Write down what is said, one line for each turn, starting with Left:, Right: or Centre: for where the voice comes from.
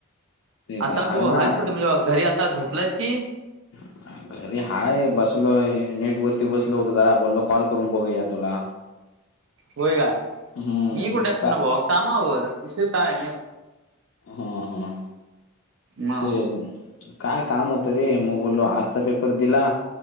Left: तेच
Right: आता
Left: आहे अरे
Right: तू
Left: नाही
Right: हायस कुट म्हणजे घरी आता झोपलायस की
Left: <unintelligible> घरी हाय बसलोय नेट वरती बसलो होततो जरा बोललो कॉल करून बघूया तुला <inaudible>
Right: होय का
Left: हम्म
Right: मी कुठे असनार
Left: का
Right: भावा कामावर दुसरी काय
Left: हा हा
Right: <unintelligible> म
Left: ते काय काम होतं रे मग बोललो आजचा पेपर दिला